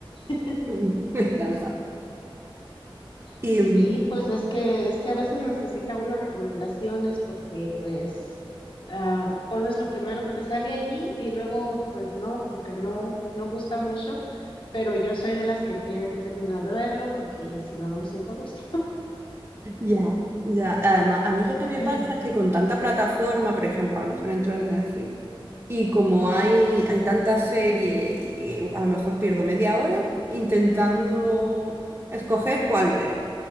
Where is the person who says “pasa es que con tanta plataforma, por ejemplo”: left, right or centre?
Right